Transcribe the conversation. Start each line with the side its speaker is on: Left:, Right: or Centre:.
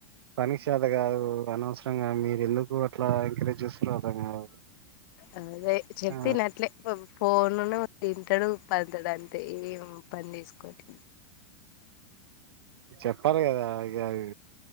Right: పని చేత కాదు అనవసరంగా మీరు ఎందుకు అట్లా ఎంకరేజ్ చేస్తుండ్రో అర్థం కాదు
Left: అదే చెప్పిందీ
Right: ఆ
Left: న్నట్లే ఫోను తింటాడు పంతాడు అంతే పని చేసుకోటి
Right: చెప్పాలి కదా ఇక అవి